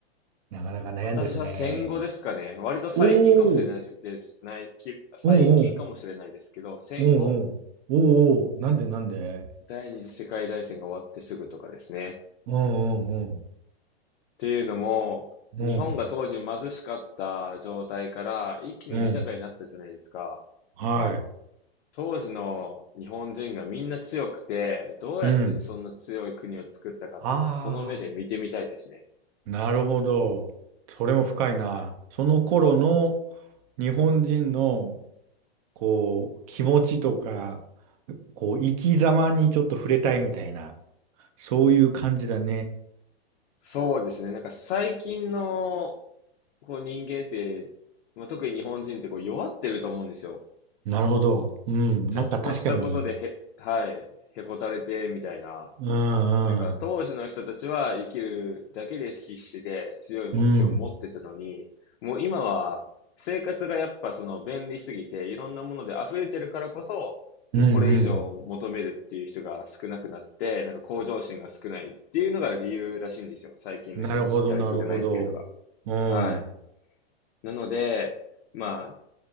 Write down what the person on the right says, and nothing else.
なかなか悩んでるね。
おお、
おうお
うん、おうおうん、おおなんでなんで
うんうん
うん、
うん。うん。はい。
うん。ああなるほど。それも深いな。その頃の日本人の、こう、気持ちとか、こう、生き様にちょっと触れたいみたいな、そういう感じだね。
なるほど。うん。なんか確かに、
うんうん。
うん。
うん
うん。なるほど、なるほど。うん。